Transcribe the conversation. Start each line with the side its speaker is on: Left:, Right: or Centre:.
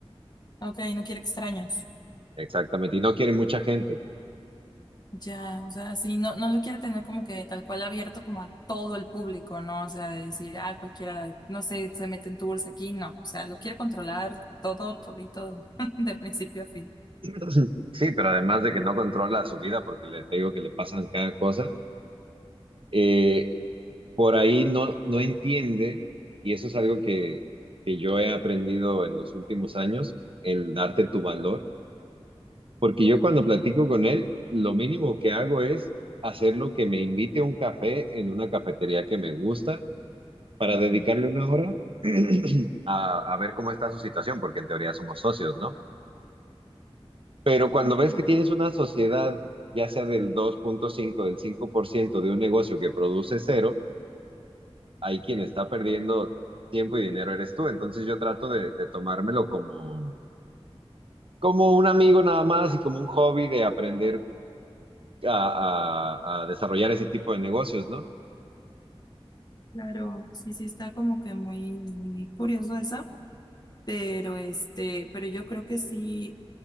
Left: Ok, no quiere extraños.
Right: Exactamente, y no quiere mucha gente.
Left: Ya, o sea, sí, no, no lo quiere tener como que tal cual abierto como a todo el público, ¿no? O sea, de decir, ah, cualquiera, no sé, se meten tours aquí, no. O sea, lo quiere controlar todo, todito, <laughs> de principio a fin.
Right: <clears throat> Sí, pero además de que no controla su vida porque le, te digo que le pasan cada cosa, eh, por ahí no, no entiende, y eso es algo que, que yo he aprendido en los últimos años, el darte tu valor Porque yo cuando platico con él, lo mínimo que hago es hacer lo que me invite a un café en una cafetería que me gusta para
Left: Ujú.
Right: dedicarle una hora <clears throat> a, a ver cómo está su situación, porque en teoría somos socios, ¿no? Pero cuando
Left: Sí,
Right: ves
Left: claro,
Right: que tienes una sociedad, ya sea del dos punto cinco del 5% de un negocio que produce cero, ahí quien está perdiendo tiempo y dinero eres tú. Entonces yo trato de, de tomármelo como, como un amigo nada más y como un hobby de aprender a, a- a desarrollar ese tipo de negocios, ¿no?
Left: claro. Sí, sí, está como que muy, muy curioso eso. Pero este, pero yo creo que sí,